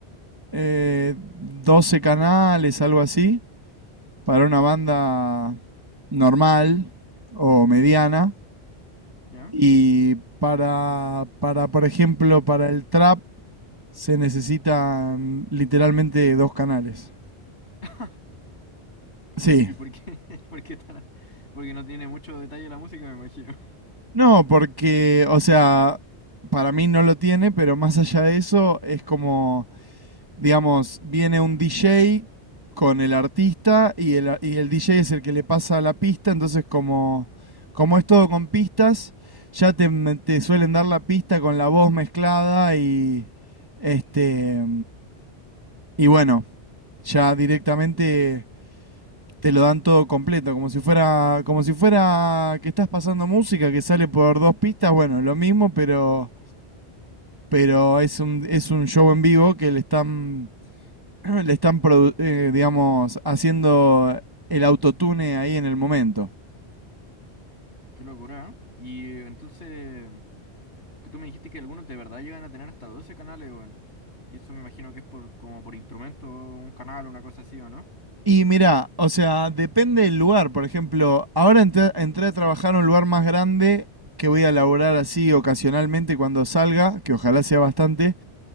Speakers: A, on the right; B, on the left.
A: eh, 12 canales, algo así, para una banda normal o mediana.
B: ¿Ya?
A: Y para, para, por ejemplo, para el trap se necesitan literalmente dos canales.
B: <laughs>
A: Sí.
B: ¿Y por qué? <laughs> ¿Por qué tan... Porque no tiene mucho detalle la música, me imagino. <laughs>
A: No, porque, o sea, para mí no lo tiene, pero más allá de eso es como... digamos, viene un DJ con el artista y el, y el DJ es el que le pasa la pista, entonces como, como es todo con pistas, ya te, te suelen dar la pista con la voz mezclada y este y bueno, ya directamente te lo dan todo completo, como si fuera como si fuera que estás pasando música que sale por dos pistas, bueno, lo mismo, pero pero es un, es un show en vivo que le están, <clears throat> le están produ- eh, digamos, haciendo el autotune ahí en el momento.
B: Qué locura, ¿eh? Y entonces. Que tú me dijiste que algunos de verdad llegan a tener hasta 12 canales, weón. Y eso me imagino que es por como por instrumento, un canal, una cosa así, ¿o no?
A: Y mirá, o sea, depende del lugar. Por ejemplo, ahora entré, entré a trabajar a un lugar más grande que voy a laburar así ocasionalmente cuando salga, que ojalá sea bastante,